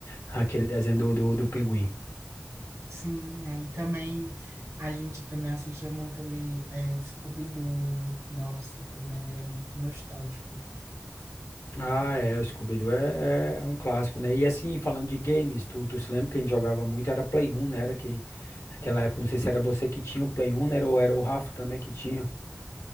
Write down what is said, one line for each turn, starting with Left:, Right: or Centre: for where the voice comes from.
Left: aquele desenho do, do, do Pinguim.
Right: sim. Aí também a gente também assistia muito ali é, Scooby-Doo. Nossa, também era muito nostálgico.
Left: Ah, é, o Scooby-Doo é, é um clássico, né? E assim, falando de games, tu, tu se lembra que a gente jogava muito, era Play 1, né? Era que, aquela época, não sei se era você que tinha o Play 1, né? Ou era o Rafa também que tinha.